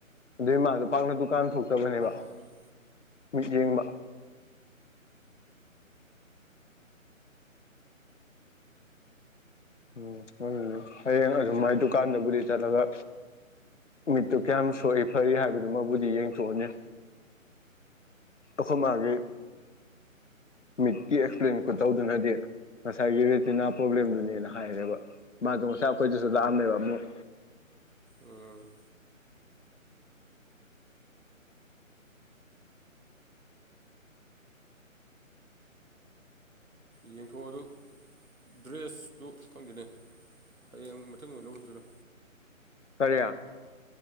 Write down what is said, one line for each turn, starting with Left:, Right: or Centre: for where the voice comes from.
Left: ꯑꯗꯨꯏ ꯃꯥꯗꯣ ꯄꯥꯛꯅ ꯗꯨꯀꯥꯟ ꯊꯣꯛꯇꯕꯅꯦꯕ
Right: ꯎꯝ
Left: ꯃꯤꯠꯌꯦꯡꯕ ꯎꯝ ꯍꯣꯏ <unintelligible> ꯍꯌꯦꯡ ꯑꯗꯨꯃꯥꯏ ꯗꯨꯀꯥꯟꯗꯕꯨꯗꯤ ꯆꯠꯂꯒ ꯃꯤꯠꯇꯨ ꯀꯌꯥꯝ ꯁꯣꯛꯏ ꯐꯔꯤ ꯍꯥꯏꯕꯗꯨ ꯃꯕꯨꯗꯤ ꯌꯦꯡꯊꯣꯛꯑꯅꯤ ꯑꯩꯈꯣꯏ ꯃꯥꯒꯤ ꯃꯤꯠꯀꯤ ꯑꯦꯛꯁꯄ꯭ꯂꯦꯟ ꯈꯨꯇꯧꯗꯨꯅꯗꯤ꯫ ꯉꯁꯥꯏꯒꯤ ꯔꯦꯇꯤꯅꯥ ꯄ꯭ꯔꯣꯕ꯭ꯂꯦꯝꯗꯨꯅꯦꯅ ꯍꯥꯏꯔꯦꯕ ꯃꯥꯗꯣ ꯉꯁꯥꯏ ꯑꯩꯈꯣꯏꯗꯁꯨ ꯂꯥꯛꯑꯝꯃꯦꯕ ꯑꯃꯨꯛ
Right: ꯎꯝ꯫ ꯌꯦꯡꯊꯣꯛꯑꫭ ꯑꯗꯨ ꯗ꯭ꯔꯦꯁꯇꯨ ꯈꯪꯗꯦꯅꯦ ꯍꯌꯦꯡ ꯃꯊꯪ ꯑꯣꯏꯅ ꯂꯧꯕꯅ ꯐꯗꯣꯏꯔꯥ
Left: ꯀꯔꯤ